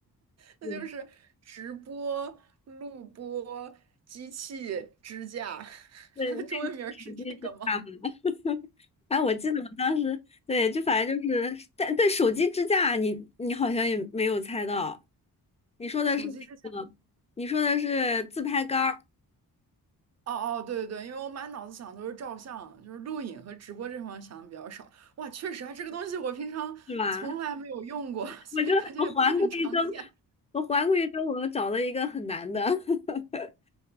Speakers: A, on the right; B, on the left.
A: 那就是直播、
B: 嗯
A: 录播、机器支架，<laughs>
B: 对，
A: 它的中文名儿是这个吗？
B: 那个手机支架嘛。<laughs> 哎，我记得我当时，对，就反正就是，但对手机支架你，你好像也没有猜到，你说的是那个，
A: 手机支架
B: 你说的是自拍杆儿
A: 哦哦，对对对，因为我满脑子想的都是照相，就是录影和直播这方面想的比较少。哇，确实啊，这个东西我平常从来没有用过，
B: 是吧？
A: <laughs> 所以感觉也不是很常见。
B: 我就我环顾一周，我环顾一周，我找了一个很难的。<laughs>